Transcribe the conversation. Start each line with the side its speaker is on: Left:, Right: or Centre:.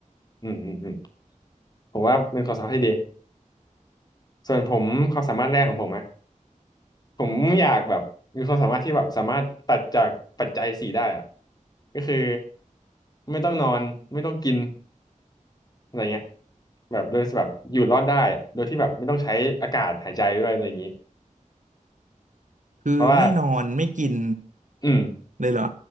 Left: อืมอืมอืมผมว่าเป็นความสามารถที่ดีส่วนผมความสามารถแรกของผมอะผมอยากแบบมีความสามารถที่แบบสามารถตัดจากปัจจัยสี่ได้อะก็คือไม่ต้องนอนไม่ต้องกินอะไรเงี้ยแบบโดยแบบอยู่รอดได้อะโดยที่แบบไม่ต้องใช้อากาศหายใจด้วยอะไรอย่างนี้
Right: คือไม่นอนไม่กิน
Left: เพราะว่าอืม
Right: เลยเหรอ